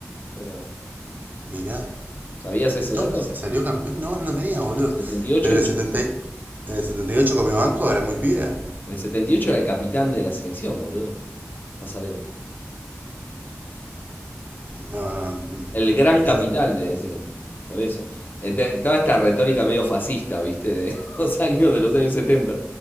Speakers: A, on the left (about 40°); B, on the right (about 35°).
A: Pero,
B: mirá,
A: ¿sabías ese
B: dos
A: dato?
B: veces salió campeón, no, no lo tenía, boludo.
A: Setenta y ocho
B: Pero
A: y y
B: el
A: ochenta
B: 70,
A: y seis.
B: en el 78 comió banco, era muy pibe.
A: En el 78 era el capitán de la selección, boludo. Pasarela.
B: No, no,
A: El gran capitán,
B: no, lo-
A: le decían. Por eso. Eh, te- Toda esta retórica medio fascista, ¿viste? De <laughs> los años, de los años 70.